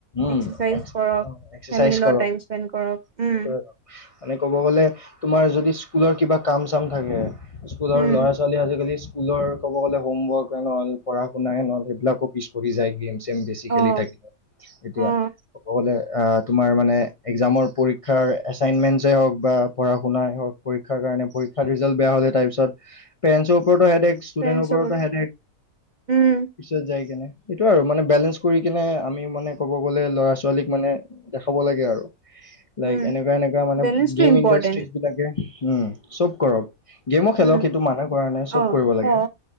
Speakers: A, on the left; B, on the right.
A: উম,
B: এক্সাৰচাইজ
A: এক্স,
B: কৰক
A: অ' এক্সেচাইজ
B: ফেমিলিৰ লগত
A: কৰক
B: টাইম স্পেণ্ড কৰক উম
A: সেইটো হয় বাৰু মানে ক'ব গ'লে তোমাৰ যদি স্কুলৰ কিবা কাম-চাম থাকে স্কুলৰ
B: উম
A: ল'ৰা ছো ল'ৰা-ছোৱালী আজিকালি স্কুলৰ ক'ব গ'লে হোমৱৰ্ক এন অলপ পঢ়া-শুনাই নহ'লে সেইবিলাকো পিছ পৰি যায় গেম গেম-চেম বেছি
B: অ
A: খেলি থাকিলে এতিয়া
B: অ
A: ক'ব গ'লে অ, তোমাৰ মানে এগজামৰ পৰীক্ষাৰ এচাইনমেণ্ট হওঁক বা পঢ়া-শুনাই হওঁক পৰীক্ষাৰ কাৰণে পৰীক্ষাৰ ৰিজাল্ট বেয়া হ'লে তাৰ পিছত পেৰেণ্টছৰ ওপৰতো হেডেক্ট ষ্টুডেণ্টৰ
B: ফ্ৰেণ্ডছৰ
A: ওপৰতো
B: লগত
A: হেডেক্ট
B: উম
A: পিছত যাই কেনে এইটো আৰু মানে বেলেন্স কৰি কেনে আমি মানে ক'ব গ'লে ল'ৰা-ছোৱালীক মানে দেখাব লাগে আৰু লাইক
B: উম
A: এনেকুৱা, এনেকুৱা মানে
B: বেলেঞ্চটো
A: গেম
B: ইম্পৰ্টেণ্ট
A: ইণ্ডাষ্ট্ৰীজ বিলাকে উম, চব কৰক গেমো খেলক
B: উম
A: সেইটো মানে কৰা নাই চব
B: অ
A: কৰিব লাগে
B: অ